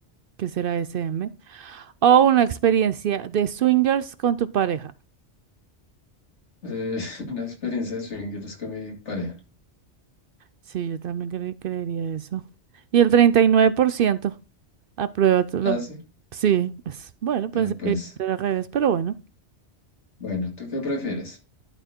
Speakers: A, on the right; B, on the left.
A: ¿Qué será SM? ¿O una experiencia de swingers con tu pareja?
B: Eh, <laughs> una experiencia de swingers con mi pareja.
A: Sí, yo también cre- creería eso. Y el treinta y nueve por ciento. Aprueba tu lo-
B: ¿Ah, sí?
A: Sí, es, bueno, pensé
B: Ah, pues,
A: que era al revés, pero bueno.
B: bueno, ¿tú qué prefieres?